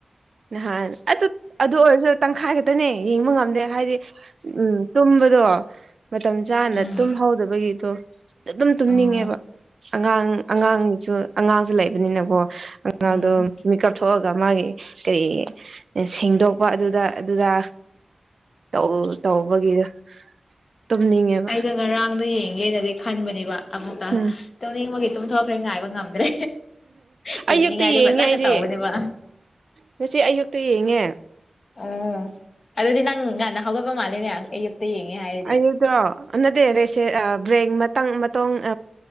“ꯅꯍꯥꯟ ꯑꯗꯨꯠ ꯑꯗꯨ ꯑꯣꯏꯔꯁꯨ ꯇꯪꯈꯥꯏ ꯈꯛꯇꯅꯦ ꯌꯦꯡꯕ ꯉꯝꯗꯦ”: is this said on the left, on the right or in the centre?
Right